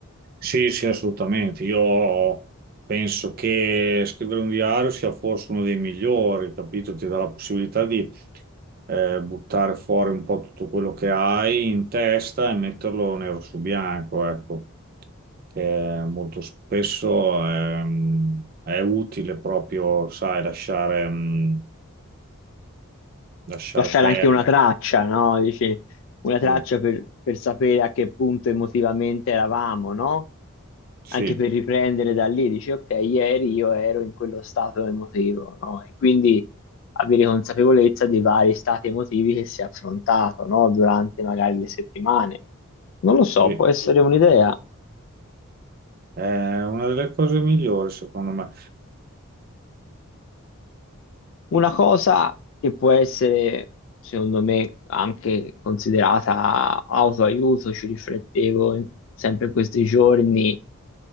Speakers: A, on the right (about 40°); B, on the left (about 60°).
A: sì, sì, assolutamente. Io penso che scrivere un diario sia forse uno dei migliori, capito? Ti dà la possibilità di eh, buttare fuori un po' tutto quello che hai in testa e metterlo nero su bianco, ecco. che molto spesso ehm, è, utile proprio, sai, lasciare, mh, lasciar
B: lasciare
A: perdere.
B: anche una traccia, no? Dici, una traccia
A: Sì,
B: per, per sapere a che punto emotivamente eravamo, no?
A: sì,
B: Anche per riprendere da lì, dici, ok, ieri io ero in quello stato emotivo, no? E quindi avere consapevolezza dei vari stati emotivi che si è affrontato, no? Durante magari le settimane. Non lo so,
A: sì.
B: può essere un'idea.
A: È una delle cose migliori, secondo me,
B: Una cosa che può essere, secondo me, anche considerata autoaiuto, ci riflettevo in- sempre in questi giorni,